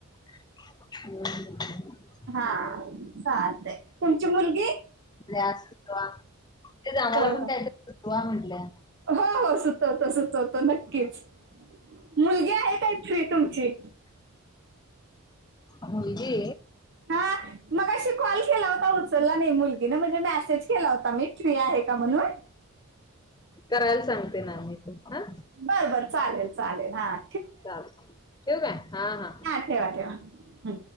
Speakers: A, on the left; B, on the right.
A: हम
B: हां चालतंय आहे तुमची मुलगी
A: ज सुचवा जाण्याला
B: होय
A: पण
B: होय.
A: का सुचवा म्हटलं
B: हो हो सुचवतो सुचवतो नक्कीच मुलगी आहे काय? फ्री तुमची
A: मुलगी
B: हां मगाशी अशी कॉल केला होता उचलला नाही मुलगी ना म्हणज मेसेज केला होता मी फ्री आहे का? म्हणून
A: करायला सांगते ना मी तू हां
B: बरं बरं चालेल चालेल हां
A: ठीवू का? आहे हां हां
B: हंं ठेवा ठेवा